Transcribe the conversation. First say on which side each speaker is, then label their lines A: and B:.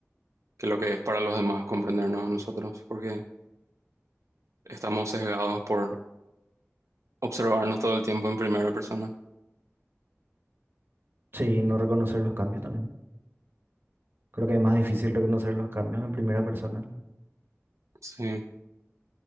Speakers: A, on the right; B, on the right.
A: que lo que es para los demás comprendernos a nosotros, porque estamos sesgados por observarnos todo el tiempo en primera persona.
B: Sí, no reconocer los cambios también. Creo que es más difícil reconocer los cambios en primera persona.
A: Sí.